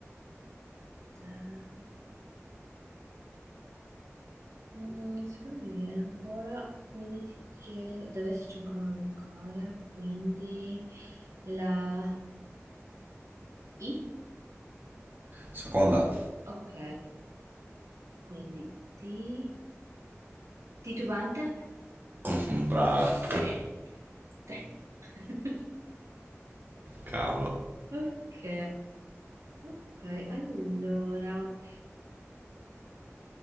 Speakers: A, on the right; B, on the right.
A: ta. Mm, secondo me viene ancora, quindi ti chiedo, deve esserci ancora una vocale, quindi la... I,
B: Seconda.
A: ok. Quindi ti... Titubante?
B: <laughs> Brava.
A: Sì, sì. <laughs>
B: Cavolo.
A: Ok, ok, allora.